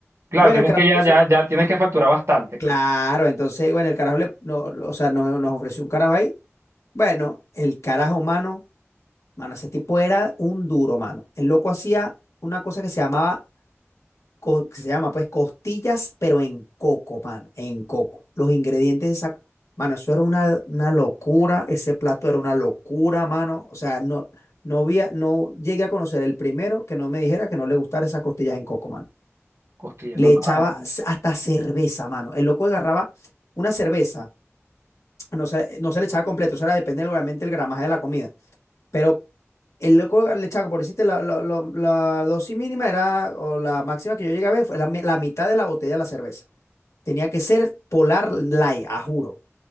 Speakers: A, on the right; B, on the left.
A: Claro,
B: Bueno,
A: tienes
B: el carajo
A: que ya,
B: empezó-
A: ya, ya tienes que facturar bastante.
B: claro,
A: ¿no?
B: entonces, bueno, el carajo le, no, o sea, nos, nos ofreció un carajo ahí. Bueno, el carajo humano Mano, ese tipo era un duro, mano. El loco hacía una cosa que se llamaba, co- que se llama pues costillas, pero en coco, mano, en coco. Los ingredientes de esa, mano, eso era una, una locura, ese plato era una locura, mano. O sea, no, no había, no llegué a conocer el primero que no me dijera que no le gustara esas costillas en coco, mano.
A: Costilla,
B: Le
A: nunca
B: echaba
A: vas a
B: c- hasta cerveza, mano. El loco agarraba una cerveza, no se, no se le echaba completo, eso era depende obviamente el gramaje de la comida pero el loco le echaba, por decirte, la, la- la- la dosis mínima era, o la máxima que yo llegué a ver, fue la, mi- la mitad de la botella de la cerveza. Tenía que ser Polar Light, a juro.